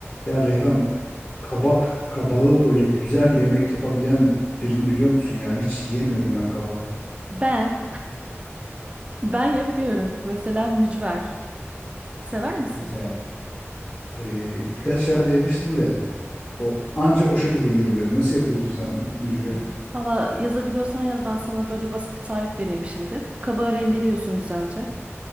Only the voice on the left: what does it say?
Ya Reyhan kabak kabağı böyle güzel yemek yapabilen birini biliyor musun ya? Hiç yiyemiyorum ben kabağı.
Yani e, birkaç yerde yemiştim de o anca o şekilde yiyebiliyorum. Nasıl yapıyorsun sen mücveri?